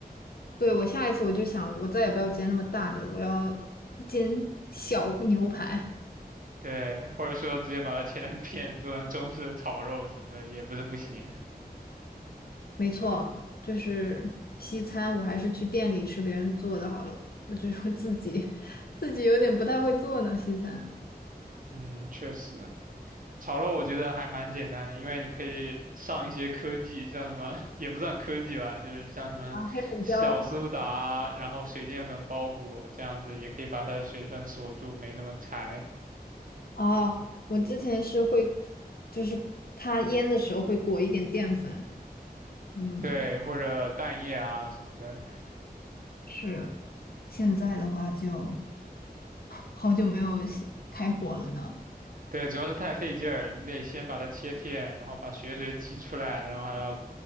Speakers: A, on the left (about 65°); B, on the right (about 55°).
A: 对，我下一次我就想，我再也不要煎那么大的了，我要煎小牛排。
B: 对，或者说直接把它切成片，做成中式的炒肉什么的也不是不行。
A: 没错，就是西餐，我还是去店里吃别人做的好了。那就是自己，<laughs> 自己有点不太会做呢，西餐。
B: 嗯，确实，炒肉我觉得还蛮简单的，因为你可以上一些科技，像什么也不算科技吧，就是像什么小苏打，
A: 啊，黑胡椒。
B: 然后水淀粉包裹这样子，也可以把它的水分锁住，没那么柴。
A: 哦，我之前是会，就是它腌的时候会裹一点淀粉。嗯，
B: 对，或者蛋液啊什么的。
A: 是。现在的话就 <laughs> 好久没有西开火了呢。
B: 对，主要是太费劲儿了，你得先把它切片，然后把血水挤出来，然后还要，